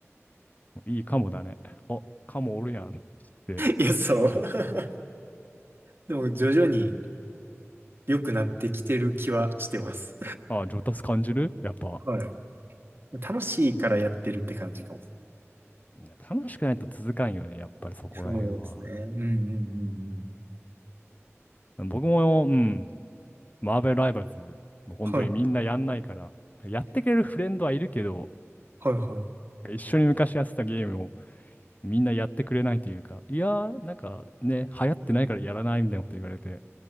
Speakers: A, on the left (about 35°); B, on the right (about 45°).
A: いいかもだね。あ、カモおるやん。って、
B: いや、そう。<laughs> でも、徐々に良くなってきてる気はしてます。
A: あ、上達感じるやっぱ。
B: はい。楽しいからやってるって感じかも。
A: いや楽しくないと続かんよね、やっぱりそこら辺は。
B: そうですね。うんうんうんうん。
A: 僕も、うん、マーベルライバルズ、もう本当にみんなやんないから、
B: はい、
A: やってくれるフレンドはいるけど、
B: はい、は
A: 一緒に昔やってたゲームをみんなやってくれないというか、いやー、なんかね、流行ってないからやらないみたいなこと言われて、